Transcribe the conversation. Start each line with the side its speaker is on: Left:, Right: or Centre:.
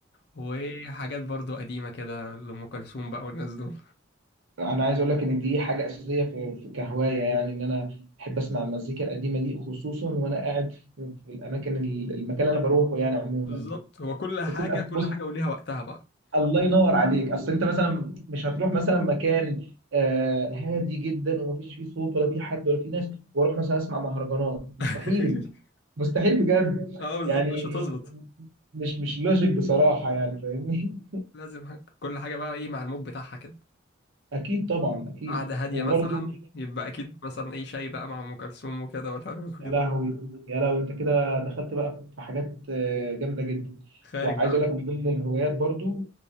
Left: وحاجات برضو قديمة كده لأم كلثوم بقى والناس دول
Right: انا عايز اقول لك ان دي حاجه اساسيه في في كهوايه يعني ان انا احب اسمع المزيكا القديمه دي خصوصا وانا قاعد في في الاماكن ال- المكان اللي انا بروحه يعني عموما
Left: بالظبط هو كل حاجة
Right: بتبقى
Left: كل
Right: بص
Left: حاجة وليها وقتها بقى
Right: الله ينور عليك اصل انت مثلا مش هتروح مثلا مكان آه، هادي جدا ومفيش فيه صوت ولا فيه حد ولا فيه ناس واروح مثلا اسمع مهرجانات مستحيل
Left: <laughs>
Right: مستحيل بجد
Left: اه بالظبط
Right: يعني
Left: مش هتظبط
Right: مش مش لوجيك بصراحة يعني فاهمني
Left: لازم حاجة. كل حاجة بقى ايه مع المود بتاعها كده
Right: اكيد طبعا اكيد
Left: قعدة هادية
Right: وبرضه
Left: مثلا يبقى أكيد مثلا ايه شاي بقى مع أم كلثوم وكده ولا حاجة كده
Right: يا لهوي يا لهوي انت كده دخلت بقى في حاجات آه، جامده جدا
Left: خارج
Right: وعايز
Left: بقى
Right: اقول لك من ضمن الهوايات برضو